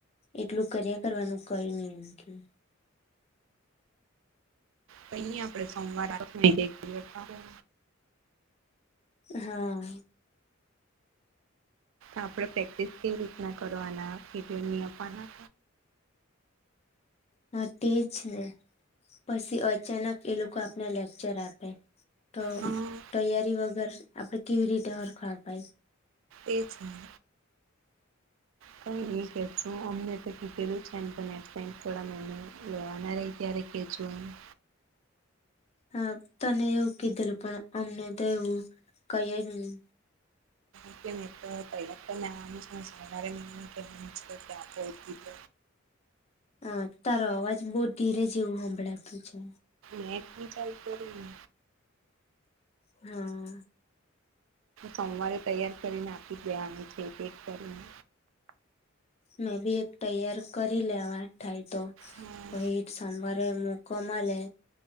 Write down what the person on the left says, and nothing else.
એટલું કર્યા કરવાનું કઈ ની એમ કેય.
હા.
હા, તે જ ને પછી અચાનક એ લોકો આપને લેક્ચર આપે. તો
તૈયારી વગર આપડે કેવી રીતે હરખા અપાય.
હા, તને એવું કીધેલું પણ અમને તો એવું કય જ ની
હાં તારો અવાજ બોવ ધીરે જેવું હંભળાતું છે.
હા.
મે બી એક તૈયાર કરી લેવા થાય તો.
પહી ત સોમવારે મોકો મલે